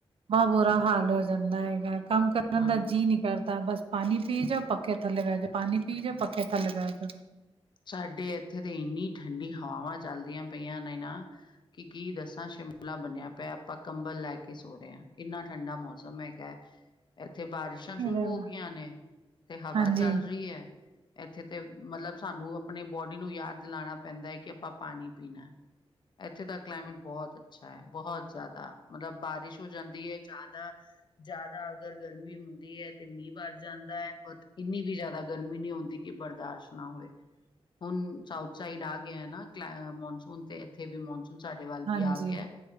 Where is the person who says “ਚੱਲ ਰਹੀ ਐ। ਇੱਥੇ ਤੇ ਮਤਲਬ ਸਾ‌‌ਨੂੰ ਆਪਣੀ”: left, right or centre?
Left